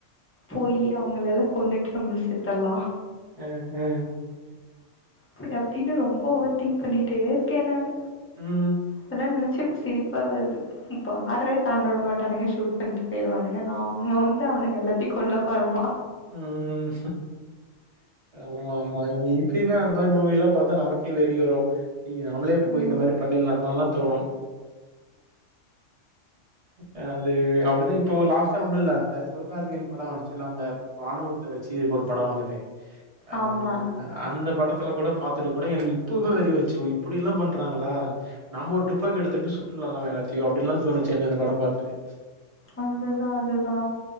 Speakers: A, on the left; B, on the right.
A: போயி அவங்கள எல்லா கொன்னுட்டு நம்மளும் செத்தரலா
B: அ அ
A: அப்டி அப்டினு ரொம்ப ஓவர் திங்க் பண்ணிட்டே இருக்கே நானு
B: ம்.
A: அதெல்லா நெனச்சி சிரிப்பா வருது பாடரே தாண்டவிடமாட்டானுக ஷூட் பண்ணிட்டு பேயிருவானுங்க நாம வந்து அவனுங்க எல்லாத்தை கொள்ளப் போறமா
B: ம் ஆமா ஆமா இப்பயுமே அந்த மாதிரி மூவி எல்லா பாத்தா நமக்கே வெறி வரும் ம் நாம்மளே போய்
A: ஆமாம்
B: இந்த மாதிரி பண்ணிடலாமா தோணும் அ அது அப்படிதான் இப்போ லாஸ்ட்டா ஒண்ணு இல்ல அந்த சிவகார்த்திகேயன் படம் வந்துச்சுல அந்த இராணுவத்த வச்சு ஒரு படம் வந்ததே அ
A: ஆமாம்
B: அந்த படத்துல கூட பாத்துட்டு கூட எனக்கு இப்பவே வெறி வந்துச்சு இப்படி எல்லா பண்றாங்களா நம்ம ஒரு டுப்பாக்கிகு எடுத்துட்டு சுட்டுறாலா எல்லாத்தையும் அப்டின்லா தோணிச்சு அந்த படம் பாத்துட்டு
A: அதுதா அதுதா